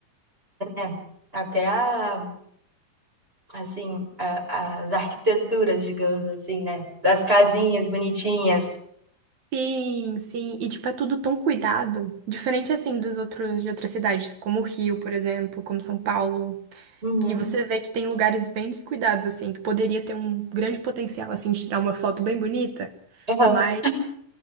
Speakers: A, on the right; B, on the right.
A: né? Até a assim, a- as arquiteturas, digamos assim, né? Das casinhas bonitinhas.
B: Sim, sim. E, tipo, é tudo tão cuidado. Diferente, assim, dos outros, de outras cidades, como o Rio, por exemplo, como São Paulo,
A: Uhum.
B: que você vê que tem lugares bem descuidados, assim, que poderia ter um grande potencial, assim, de tirar uma foto bem bonita,
A: Aham.
B: mas